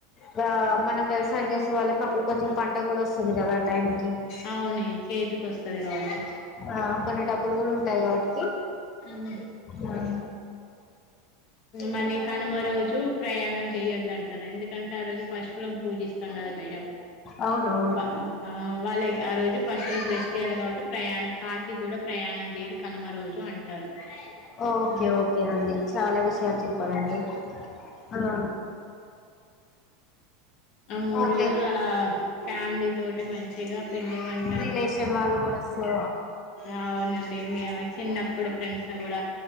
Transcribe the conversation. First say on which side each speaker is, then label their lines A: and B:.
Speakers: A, on the left; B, on the left.
A: బ మనం పని చేస వాళ్ళకి అప్పుడు కొంచం పన్ పూట కూడ అస్సలు కదా టైం కి
B: అవునె లేటుగావస్తది కాబట్టి
A: ఆ కొన్ని డబ్ బ్బులు కూడ ఉంటాయి కాబట్టి
B: మ్
A: ఆ
B: మళ్ళీ కనుమ రోజు ప్రయాణాలు చేయొద్దంటారు ఎందుకంటే ఆ రోజు పశువులను పూజిస్తాం కద మేడం
A: అవును అవును
B: ప ఆ వాళ్ళ ఆ రోజు పశువులకు రెస్ట్ ఇయాలె కాబట్టి ప్రయాణం కాసి కూడ ప్రయాణం చేయరు కనుమ రోజు అంటారు
A: ఓకె
B: ఆ
A: ఓకె అండి చాల విష్ షయాలు చెప్పారండి ఆ
B: ఆ మూడు
A: ఓకే
B: రోజులు అలా ఫ్యామ్లీ తోటి మంచిగా పిండి వంట
A: రిలేషన్ వాళ్ళ కూడ వస్సు
B: అవునండి మేము చిన్నప్పుడు ఫ్రెండ్స్ కూడ